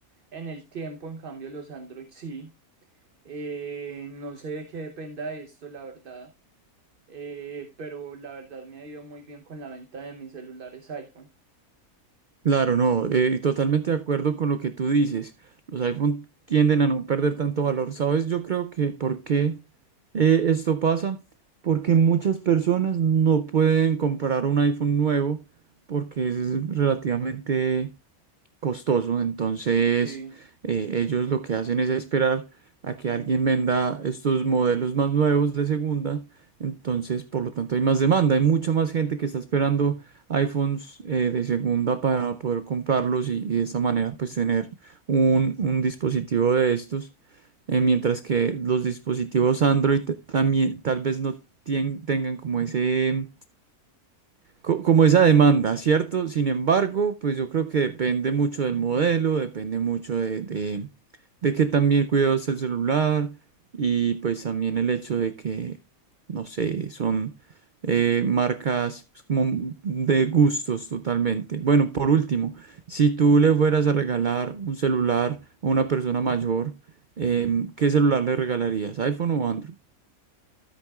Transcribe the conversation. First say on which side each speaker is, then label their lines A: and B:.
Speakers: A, on the right (about 45°); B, on the right (about 80°).
A: en el tiempo. En cambio, los Android sí. Eh, no sé de qué dependa esto, la verdad eh, pero la verdad me ha ido muy bien con la venta de mis celulares iPhone.
B: Claro, no, eh, y totalmente de acuerdo con lo que tú dices. Los iPhone tienden a no perder tanto valor. ¿Sabes? Yo creo que ¿por qué eh, esto pasa? Porque muchas personas no pueden comprar un iPhone nuevo porque es relativamente costoso. Entonces,
A: Sí.
B: eh, ellos lo que hacen es esperar a que alguien venda estos modelos más nuevos de segunda. Entonces, por lo tanto, hay más demanda. Hay mucha más gente que está esperando iPhones eh, de segunda para poder comprarlos y, y de esta manera, pues, tener un, un dispositivo de estos. Eh, mientras que los dispositivos Android también tal vez no tien- tengan como ese co- como esa demanda, ¿cierto? Sin embargo, pues yo creo que depende mucho del modelo, depende mucho de, de, de que también cuidados el celular y pues también el hecho de que, no sé, son eh, marcas pues, como de gustos totalmente. Bueno, por último, si tú le fueras a regalar un celular a una persona mayor, em, ¿qué celular le regalarías? ¿iPhone o Android?